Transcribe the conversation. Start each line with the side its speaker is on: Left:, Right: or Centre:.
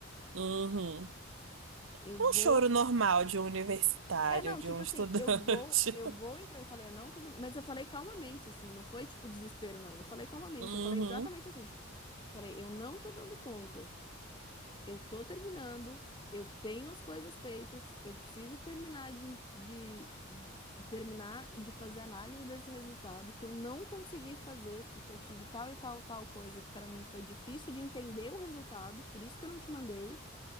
Right: uhum.
Left: Eu vou.
Right: Um choro normal de um universitário,
Left: É, não,
Right: de
Left: tipo
Right: um
Left: assim,
Right: estudante.
Left: eu vou, eu vou
Right: <laughs>
Left: entrar. Eu falei, eu não tô dando... Mas eu falei calmamente, assim, não foi tipo desespero, não. Eu falei calmamente,
Right: Uhum,
Left: eu falei exatamente assim. Falei, eu não tô dando conta. Eu tô terminando, eu tenho as coisas feitas, eu preciso terminar de, de- terminar de fazer análise desse resultado que eu não consegui fazer porque eu tive tal e tal tal coisa que para mim foi difícil de entender o resultado, por isso que eu não te mandei.